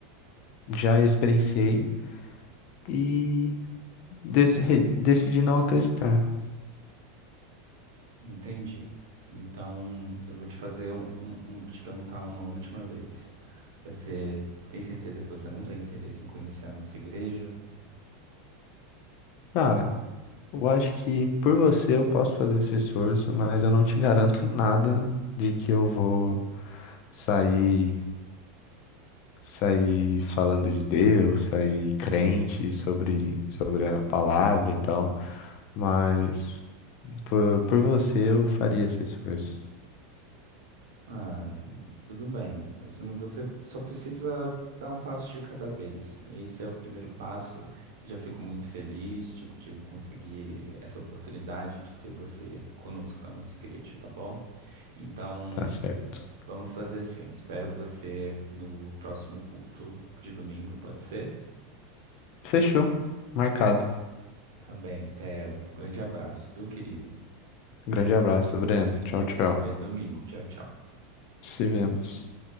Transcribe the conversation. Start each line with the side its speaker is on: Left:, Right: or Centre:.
Left: já experienciei e dec- re- decidi não acreditar.
Right: Entendi. Então, eu vou te fazer um, um- um- te perguntar uma última vez. Você tem certeza que você não tem interesse em conhecer a nossa igreja?
Left: Cara, Eu acho que por você eu posso fazer esse esforço, mas eu não te garanto nada de que eu vou sair, sair falando de Deus, sair crente sobre, sobre a palavra e tal. Mas por, por você eu faria esse esforço.
Right: Ah, tudo bem. Você não, você só precisa dar um passo de cada vez. Esse é o primeiro passo. Eu já fico muito feliz de, de conseguir essa oportunidade de ter você conosco na nossa igreja, tá bom? Então,
Left: Tá certo.
Right: vamos fazer assim. Eu espero você no próximo culto de domingo, pode ser?
Left: Fechou. Marcado.
Right: Tá bem, Theo. Grande abraço, viu, querido?
Left: Grande abraço, Breno. Tchau,
Right: A gente
Left: tchau.
Right: se vê domingo. Tchau, tchau.
Left: Se vemos.